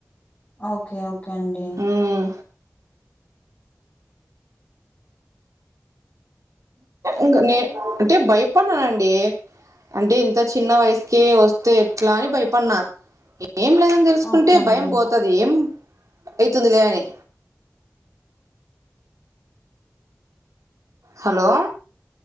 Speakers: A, on the left; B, on the right.
A: ఓకే. ఓకే అండి.
B: ఉమ్ ఇంకా నేను అంటే భయపన్నానండి అంటే ఇంత చిన్న వయసుకే వస్తే ఎట్లా అని భయపడిన ఏం లే దని తెలుసుకుంటే
A: ఓకే అండి.
B: భయం పోతది ఏం అవుతుంది లే అని హలో